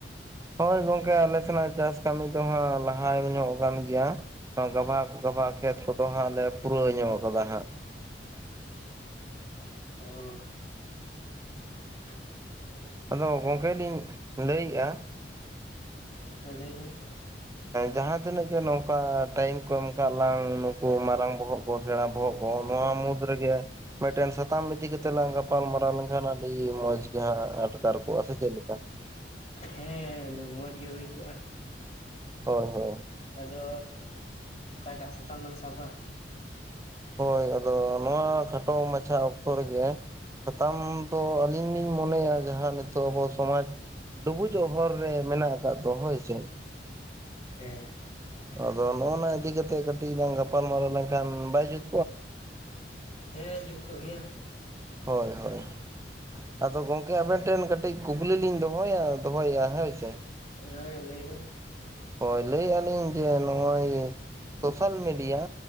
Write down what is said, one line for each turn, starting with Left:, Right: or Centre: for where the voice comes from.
Right: ᱦᱳᱭ ᱜᱚᱝᱠᱮ ᱟᱞᱮ ᱥᱮᱱᱟᱜ ᱪᱟᱥ ᱠᱟᱹᱢᱤ ᱫᱚ ᱦᱜ ᱞᱟᱦᱟ ᱧᱚᱜ ᱟᱠᱟᱱ ᱜᱮᱭᱟ ᱜᱟᱵᱟᱜ ᱜᱟᱵᱟᱜ ᱠᱷᱮᱛ ᱠᱚᱫᱚ ᱦᱟᱸᱜ ᱞᱮ ᱯᱩᱨᱟᱹᱣ ᱧᱚᱜ ᱠᱟᱫᱟ ᱦᱟᱸᱜ
Left: ᱚ <inaudible>
Right: ᱟᱫᱚ ᱜᱚᱝᱚᱢᱠᱮ ᱞᱤᱧ ᱞᱟᱹᱭᱮᱫᱼᱟ
Left: ᱦᱮᱸ ᱞᱟᱹᱭ ᱵᱮᱱ
Right: ᱡᱟᱦᱟᱸ ᱛᱤᱱᱟᱹᱜ ᱜᱮ ᱱᱚᱝᱠᱟ ᱴᱟᱭᱤᱢ ᱠᱚ ᱮᱢ ᱠᱟᱜ ᱞᱟᱝ ᱱᱩᱠᱩ ᱢᱟᱨᱟᱝ ᱵᱚᱦᱚᱜ ᱥᱮᱬᱟ ᱵᱚᱜ ᱠᱚ ᱱᱚᱣᱟ ᱢᱩᱫᱽ ᱨᱮᱜᱮ ᱢᱤᱫᱴᱮᱱ ᱥᱟᱛᱟᱢ ᱤᱫᱤ ᱠᱟᱛᱮᱜ ᱞᱟᱝ ᱜᱟᱯᱟᱞ ᱢᱟᱨᱟᱨᱟᱣ ᱞᱮᱱᱠᱷᱟᱱ <unintelligible> ᱜᱮ ᱦᱟᱸᱜ ᱟᱴᱠᱟᱨ ᱠᱚᱜᱟ ᱥᱮ ᱪᱮᱫ ᱞᱮᱠᱟ
Left: ᱦᱮᱸ ᱢᱚᱡᱽ ᱜᱮ ᱦᱩᱭ ᱠᱚᱜᱼᱟ᱾
Right: ᱦᱳᱭ ᱦᱳᱭ
Left: ᱟᱫᱚ ᱚᱠᱟᱴᱟᱜ ᱥᱟᱛᱟᱢ ᱞᱟᱝ ᱥᱟᱵ-ᱟ
Right: ᱦᱳᱭ ᱟᱫᱚ ᱱᱚᱣᱟ ᱠᱷᱟᱴᱚ ᱢᱟᱪᱷᱟ ᱚᱠᱛᱚ ᱨᱮᱜᱮ ᱥᱟᱛᱟᱢ ᱫᱚ ᱟᱹᱞᱤᱧ ᱞᱤᱧ ᱢᱚᱱᱮᱭᱟ ᱡᱟᱦᱟᱸᱱᱟᱜ ᱟᱵᱚ ᱥᱚᱢᱟᱡᱽ ᱰᱩᱵᱩᱡᱚᱜ ᱦᱚᱨ ᱨᱮ ᱢᱮᱱᱟᱜ ᱟᱠᱟᱫ ᱫᱚ ᱦᱳᱭ ᱥᱮ
Left: ᱮ
Right: ᱟᱫᱚ ᱱᱚᱜᱚᱱᱟ ᱤᱫᱤ ᱠᱟᱛᱮ ᱠᱟᱹᱴᱤᱡ ᱞᱟᱝ ᱜᱟᱯᱟᱞ ᱢᱟᱨᱟᱨᱟᱣ ᱞᱮᱱᱠᱷᱟᱱ ᱵᱟᱭ ᱡᱩᱫ
Left: ᱦᱮᱸ ᱡᱩᱫ ᱠᱚᱜ ᱜᱮᱭᱟ
Right: ᱦᱳᱭ ᱦᱳᱭ ᱟᱫᱚ ᱜᱚᱝᱠᱮ ᱟᱵᱮᱱ ᱴᱷᱮᱱ ᱠᱟᱹᱴᱤᱡ ᱠᱩᱠᱞᱤ ᱞᱤᱧ ᱫᱚᱦᱚᱭᱟ ᱫᱚᱦᱚᱭ ᱮᱭᱟ ᱦᱳᱭ ᱥᱮ
Left: ᱦᱮᱸ ᱞᱟᱹᱭ ᱵᱮᱱ
Right: ᱦᱳᱭ ᱞᱟᱹᱭᱮᱜᱼᱟ ᱞᱤᱧ ᱡᱮ ᱱᱚᱜᱼᱚᱭ ᱥᱳᱥᱟᱞ ᱢᱤᱰᱤᱭᱟ